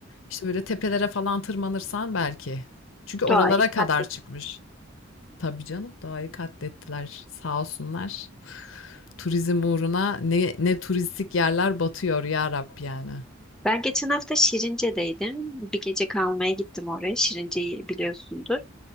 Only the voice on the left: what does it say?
işte böyle tepelere falan tırmanırsan belki. Çünkü oralara
kadar
çıkmış. Tabii canım doğayı katlettiler sağ olsunlar. Turizm uğruna ne, ne turistik yerler batıyor ya Rab yani.